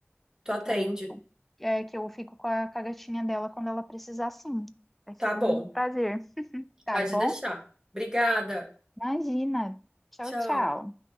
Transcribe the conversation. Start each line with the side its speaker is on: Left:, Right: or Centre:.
Right: Tu atende.
Centre: que eu é, que eu fico com a, com a gatinha dela quando ela precisar, sim. Vai
Right: Tá
Centre: ser um
Right: bom,
Centre: prazer, tá
Right: pode
Centre: bom?
Right: deixar. Obrigada.
Centre: Imagina. Tchau,
Right: Tchau.
Centre: tchau.